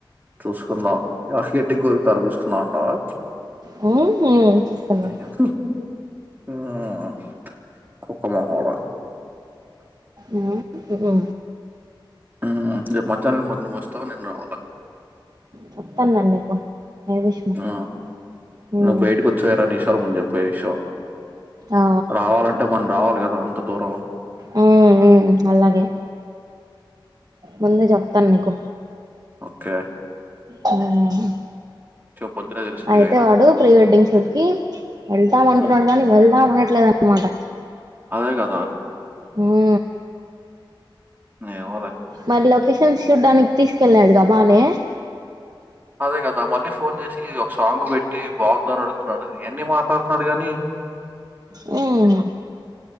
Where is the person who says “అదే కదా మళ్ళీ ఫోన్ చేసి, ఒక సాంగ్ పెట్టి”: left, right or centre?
Right